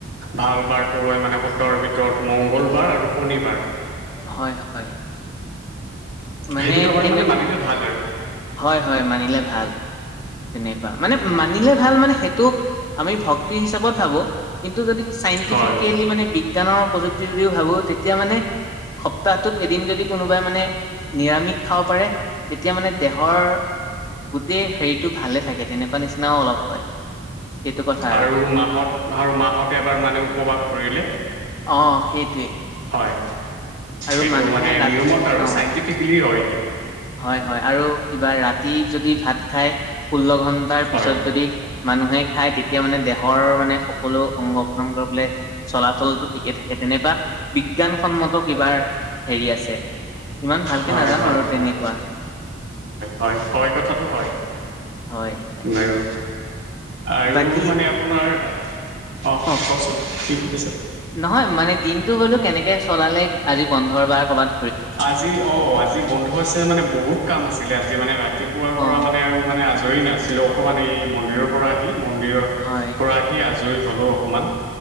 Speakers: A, on the right; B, on the left.
A: ভাল বাৰটো হয় মানে সত্ৰৰ ভিতৰত মংগলবাৰ আৰু শনিবাৰ
B: হয় হয় মানে
A: সেই দুটা বাৰ
B: কেনে
A: মানে মানিলে ভাল আৰু
B: হয় হয় মানিলে ভাল তেনেকুৱা মানে মানিলে ভাল মানে সেইটো আমি ভক্তি হিচাপত ভাবো কিন্তু যদি চাইণ্টিফিকেলি
A: হয়
B: মানে বিজ্ঞানৰ প্ৰযুক্তি যদিও ভাবো তেত এতিয়া মানে সপ্তাহটোত এদিন যদি কোনোবাই মানে নিৰামিষ খাব পাৰে তেতিয়া মানে দেহৰ গোটেই হেৰিটো ভালে থাকে তেনেকুৱা নিচিনাও অলপ হয়। সেইটো কথা
A: আৰু মাহত আৰু মাহতে এবাৰ মানে উপবাস কৰিলে
B: অ সেইটোৱে।
A: হয়
B: আৰু
A: সেইটো
B: মানুহে
A: মানে
B: ৰাতি
A: নিয়মত আৰু
B: অ
A: চাইণ্টিফিকেলি হয়। এইটো
B: হয় হয় আৰু কিবা ৰাতি যদি ভাত খাই ষোল্ল ঘন তাৰ
A: হয়
B: পিছত যদি মানুহে খাই তেতিয়া মানে দেহৰ মানে সকলো অংগ পতংগ বোলে চলাচলটো ঠিকে থাকে তেনেকুৱা বিজ্ঞানসন্মত কিবাৰ হেৰি আছে ইমান ভালকে
A: হয়
B: নাজানো আৰু
A: হয় হয়
B: তেনেকুৱা
A: হয় হয় কথাটো হয়।
B: হয় তাকে।
A: বাৰু আৰু
B: বাকী
A: মানে আপোনাৰ অ কওকচোন
B: কওক
A: কি কয়?
B: নহয় মানে দিনটো বোলো কেনেকে চলালে আজি বন্ধৰ বাৰ ক'বাত
A: আজি অ আজি বন্ধু আছিল মানে বহুত কাম আছিলে আজি মানে ৰাতিপুৱাৰ
B: অ
A: পৰা মানে আৰু মানে আজ আজৰি নাছিলোঁ অকণমান এই মন্দিৰৰ পৰা আহি মন্দিৰৰ
B: হয়
A: পৰা আহি আজৰি হ'লো অকণমান।